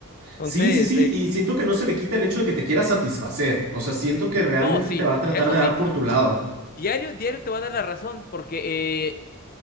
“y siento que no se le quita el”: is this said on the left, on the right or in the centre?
Right